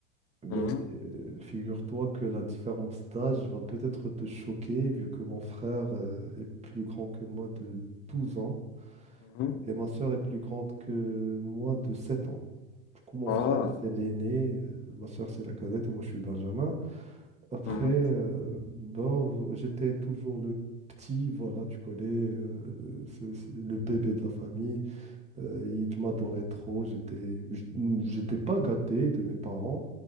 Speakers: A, on the right; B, on the left.
A: Mais
B: Mhm,
A: euh, figure-toi que la différence d'âge va peut-être te choquer, vu que mon frère euh, est plus grand que moi de 12 ans
B: mhm.
A: et ma sœur est plus grande que moi de 7 ans. Du coup, mon
B: Ah,
A: frère, c'est l'aîné, euh, ma sœur, c'est la cadette et moi, je suis le benjamin. Après,
B: mhm,
A: euh, ben, v- j'étais toujours le petit, voilà, tu connais, euh, c'est- c'est le bébé de la famille. Euh, il m'adorait trop, j'étais, j- j'étais pas gâté de mes parents.